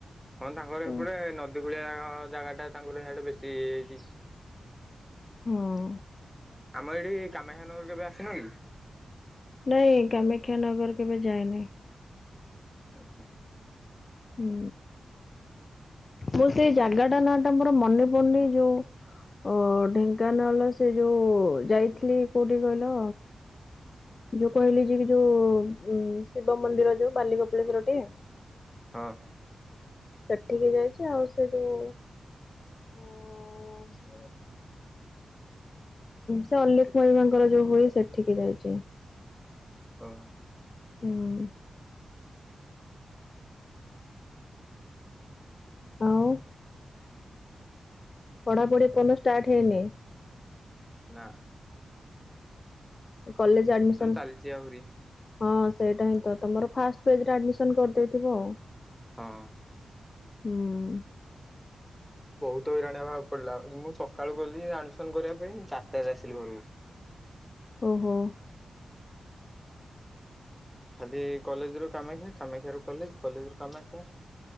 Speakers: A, in the centre; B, on the left (about 45°).
A: ହଁ ତାଙ୍କର
B: ତ
A: ସେପଟେ ନଦୀ କୂଳିଆ ଜାଗା ଟା ତାଙ୍କର ହେଆଡେ ବେଶୀଇ ହେଇଚି।
B: ହୋ।
A: ଆମର ଏଠି କମେକ୍ଷାନଗର କେବେ ଆସିନ କି?
B: ନାଇଁ କାମାକ୍ଷାନଗର କେବେ ଯାଏ ନାହିଁ।
A: ଆଛା।
B: ହୁଁ ମୁଁ ସେ ଜାଗା ଟା ନା ଟା ମୋର ମନେ ପଡନି ଯୋଉ ଓ ଢେଙ୍କାନାଳ ସେ ଯୋଉ ଯାଇଥିଲି କୋଉଠି କହିଲ ଯୋଉ କହିଲି ଯେ କି ଯୋଉ ଉ ଶିବ ମନ୍ଦିର ଯୋଉ ବାଲିଗୋପିଳେଶ୍ଵର ଟି।
A: ହଁ।
B: ସେଠିକି ଯାଇଚି ଆଉ ସେ ଯୋଉ ଅ ସେ ସେ ଅଲ୍ଲେଖ ମହିମାଙ୍କର ଯୋଉ ହୁଏ ସେଠିକି ଯାଇଚି।
A: ହଁ।
B: ହୁଁ ଆଉ ପଢ଼ା ପଢି ଏପନ ଷ୍ଟାର୍ଟ ହେଇନି
A: ନା।
B: କଲେଜ ଆଡମିସନ
A: ଚାଲିଛି ଆହୁରି
B: ହଁ ସେଇଟା ହିଁ ତ ତମର ଫାଷ୍ଟ ପେଜରେ ଆଡମିସନ କରିଦେଇଥିବ ଆଉ।
A: ହଁ।
B: ହୁଁ।
A: ବହୁତ ହଇରାଣ ହେବାକୁ ପଡିଲା ମୁଁ ସକାଳୁ ଗଲି ଆଡମିସନ କରିବା ପାଇଁ ଚାରିଟାରେ ଆସିଲି ଘରକୁ।
B: ଓହୋ।
A: ଖାଲି କଲେଜ ରୁ କାମାକ୍ଷା କାମାକ୍ଷା ରୁ କଲେଜ କଲେଜ ରୁ କାମାକ୍ଷା